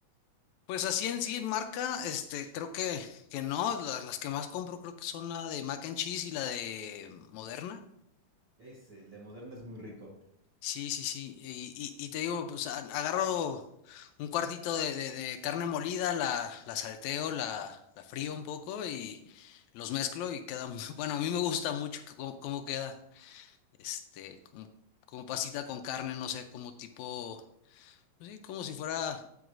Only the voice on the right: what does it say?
Es, el de Moderna es muy rico.